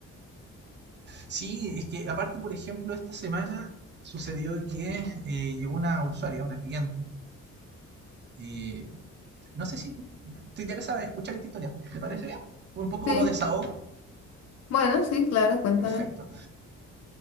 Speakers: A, on the right; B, on the left.
A: Sí, es que aparte, por ejemplo, esta semana sucedió que eh, llegó una usuaria, una cliente. eh, no sé si te interesa escuchar esta historia. ¿Te parece bien? ¿Fue un poco
B: Sí,
A: como desahogo?
B: bueno, sí, claro, cuéntame.
A: Perfecto,